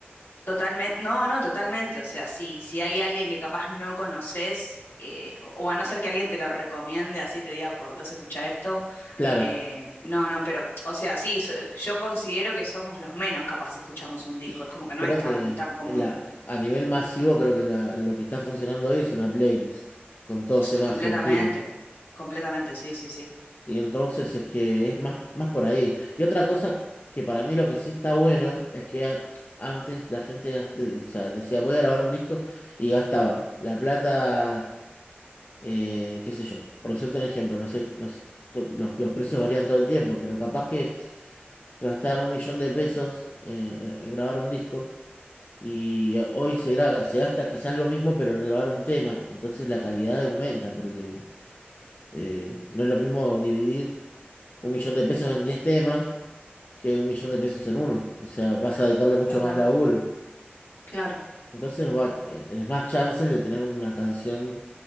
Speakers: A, on the left; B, on the left.
A: Totalmente, no, no, totalmente. O sea, sí, si hay alguien que capaz no conoces, eh, o a no ser que alguien te lo recomiende, así te diga, por Dios, escucha esto.
B: claro.
A: Eh, no, no, pero, o sea, sí, so- yo considero que somos los menos capaz si escuchamos un disco,
B: Y
A: es como que no
B: creo
A: es tan,
B: que
A: tan común.
B: la, a nivel masivo, creo que la- lo que está funcionando hoy es una playlist, con todos
A: Pst,
B: temas
A: Completamente,
B: surtidos.
A: completamente, sí, sí, sí.
B: Y entonces es que es más, más por ahí. Y otra cosa que para mí lo que sí está bueno es que a- antes la gente gas- de- o sea, decía voy a grabar un disco y gastaba la plata, eh, qué sé yo, por cierto un ejemplo, no sé, no sé, to- los, los precios varían todo el tiempo, pero capaz que gastar un millón de pesos eh, en, en grabar un disco y hoy se, gra- se gasta quizás lo mismo pero en grabar un tema, entonces la calidad aumenta porque eh, no es lo mismo dividir un millón de pesos en 10 temas que un millón de pesos en uno. O sea, vas a dedicarle mucho
A: Total,
B: más laburo.
A: claro,
B: Entonces, bueno, eh, tenés más chances de tener una canción